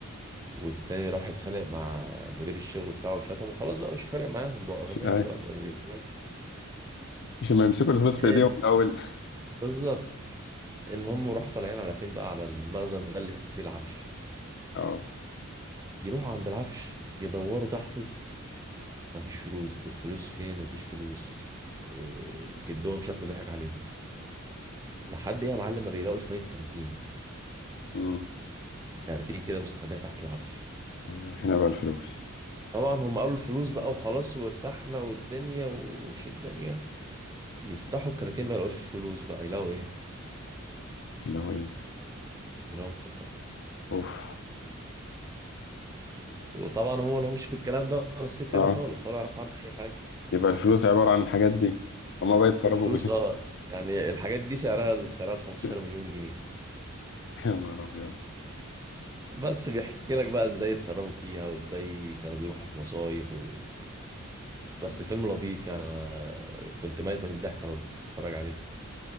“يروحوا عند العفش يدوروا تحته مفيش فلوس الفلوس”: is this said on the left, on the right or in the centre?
Right